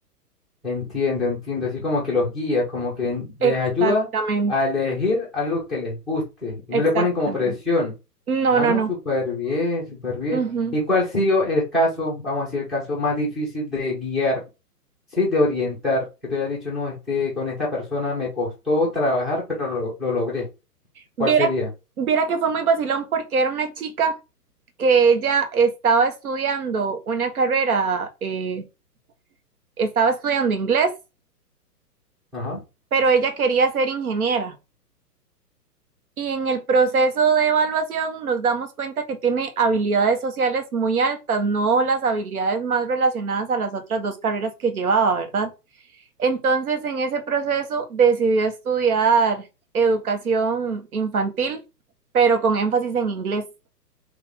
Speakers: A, in the centre; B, on the right.
A: entiendo, entiendo. Así como que los guía, como que en- les
B: Exactamente,
A: ayuda a elegir algo que les guste y
B: exactamente.
A: no le ponen como presión.
B: No,
A: Ah,
B: no,
A: no,
B: no.
A: súper bien, súper bien.
B: Ujú.
A: ¿Y cuál ha sido el caso, vamos a decir, el caso más difícil de guiar, sí, de orientar? Que te haya dicho, no, este, con esta persona me costó trabajar, pero lo, lo logré.
B: Viera,
A: ¿Cuál sería?
B: viera que fue muy vacilón porque era una chica que ella estaba estudiando una carrera, eh, estaba estudiando inglés,
A: Ajá.
B: pero ella quería ser ingeniera. Y en el proceso de evaluación nos damos cuenta que tiene habilidades sociales muy altas, no las habilidades más relacionadas a las otras dos carreras que llevaba, ¿verdad? Entonces, en ese proceso decidió estudiar educación infantil, pero con énfasis en inglés.